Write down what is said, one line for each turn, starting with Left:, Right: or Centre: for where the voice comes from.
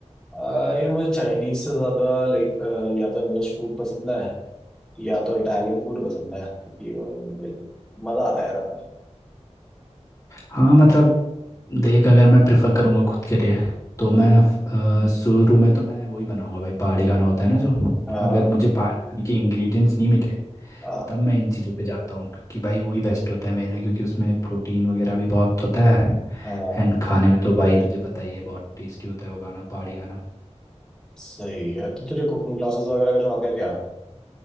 Centre: अ, यार मुझे चाइनीज से ज्यादा लाइक या तो इंग्लिश फूड पसंद है या तो इटालियन फूड पसंद है ये like, मजा आता है यार अपना
Left: हाँ मतलब देख अगर मैं प्रेफर करूँगा खुद के लिए तो मैं अ, शुरू में तो मैं वही बनाऊंगा भाई पहाड़ी खाना होता है ना जो
Centre: हाँ
Left: अगर मुझे पहाड़ी खाने के इंग्रेडिएंट्स नहीं मिले
Centre: हाँ
Left: तब मैं इन चीज़ों पे जाता हूँ क्योंकि भाई वही बेस्ट होता है मेरे लिए क्योंकि उसमें प्रोटीन वगैरह भी बहुत होता है
Centre: हाँ,
Left: एंड खाने में तो भाई तुझे पता ही है बहुत टेस्टी होता है वो खाना पहाड़ी खाना
Centre: सही है तो तुझे कुकिंग क्लासेस वगैरह का शौक है क्या